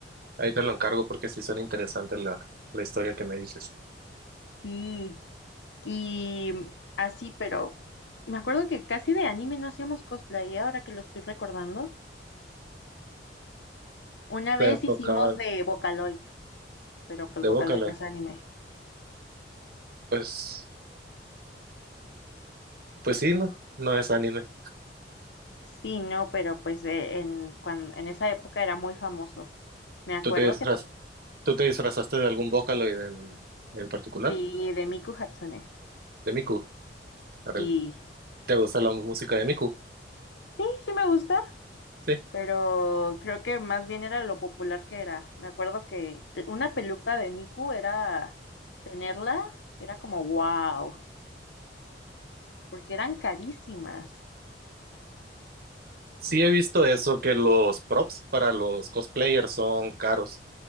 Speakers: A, on the right; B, on the left.
A: Ahí te lo encargo porque sí suena interesante la, la historia que me dices.
B: Sí. Y así, pero me acuerdo que casi de anime no hacíamos cosplay, ¿eh? ahora que lo estoy recordando. Una vez
A: Te enfocaban
B: hicimos de Vocaloid, pero pues
A: de
B: Vocaloid
A: Bócale.
B: no es anime.
A: Pues, pues sí, no, no es anime.
B: Sí, no, pero pues eh, en, cuan- en esa época era muy famoso. Me acuerdo
A: ¿Tú te disfraz-
B: que
A: tú te disfrazaste de algún Bócalo en, en particular?
B: sí, de Miku Hatsune.
A: De Miku.
B: Sí,
A: Arel. ¿Te gusta la música de Miku?
B: sí, sí me gusta,
A: Sí.
B: pero creo que más bien era lo popular que era. Me acuerdo que una peluca de Miku era tenerla, era como wow, porque eran carísimas.
A: Sí he visto eso, que los props para los cosplayers son caros.